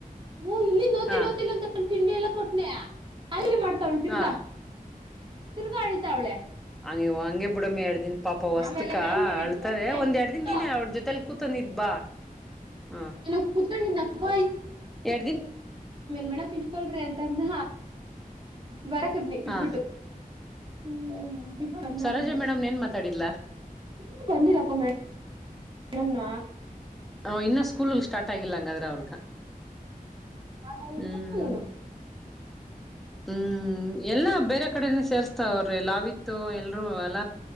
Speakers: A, on the right; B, in the centre.
A: ಹ್ಮ್ ಇಲ್ಲಿಂದ್ ಒತಿನ್
B: ಹ
A: ಒತಿ ಅಂದೋಳ್ ತಿಂಡಿ ಎಲ್ಲ ಕೊಟ್ನೆ ಅಲ್ಲಿ ಮಡ್ ತೌಳ್ ತಿರ್ಗಾ.
B: ಹ
A: ತಿರ್ಗಾ ಅಳ್ತಾವ್ಳೆ.
B: ಹಂಗ್ ನೀವ್ ಹಂಗೆ ಬಿಡಮ್ಮಿ ಎಡ್ದಿನ್. ಪಾಪ ಹೊಸ್ತಕ
A: ಆಮೇಲೆ ಮೇಡಮ್ ನೀವ್ ಇಡ್ಕೊಳ್ರಿ
B: ಅಳ್ತಾರೆ
A: ಅಂತ
B: ಒಂದ್
A: ಹೇಳ್ಬಿಟ್ಟು
B: ಎರಡ್ ದಿನ್ ನೀನೇ ಅವ್ರ ಜೊತೆಲ್ ತುತು ನಿದ್ ಬಾ. ಹ
A: ನಾನು ಕುತ್ಕೊಂಡಿದ್ನ <unintelligible>
B: ಎರಡ್ ದಿನ್
A: ಮೇಡಂ ಇಲ್ ಕುತ್ಕೊಳ್ರಿ ಅಂತಂದ. ಬರಕುದ್ನಿ ಬಿಟ್ಬಿಟ್ಟು.
B: ಹ
A: ಹ್ಮ <unintelligible>
B: ಸರೋಜ ಮೇಡಮ್ ಏನ್ ಮಾತಾಡಿದ್ಲಾ
A: ಇನ್ನು ಬಂದಿಲಪ್ಪ ಮ್ಯ ನಮ್ನ.
B: ಅ ಇನ್ನು ಸ್ಕೂಲ್ಲ್ ಸ್ಟಾರ್ಟ ಆಗಿಲ್ಲ ಹಂಗಾದ್ರೆ ಅವ್ರು.
A: ಕಾಯ್ ಅಯ್
B: ಹ್ಮ್
A: ಬನ್ನಿ ಎಲ್ಲೊ.
B: ಹ್ಮ್ ಎಲ್ಲಾ ಬೇರೆ ಕಡೆನೆ ಸೇರ್ಸ್ ತಾವ್ರೆ ಲಾವಿತ್ತು ಎಲ್ರೂ ಅಲ.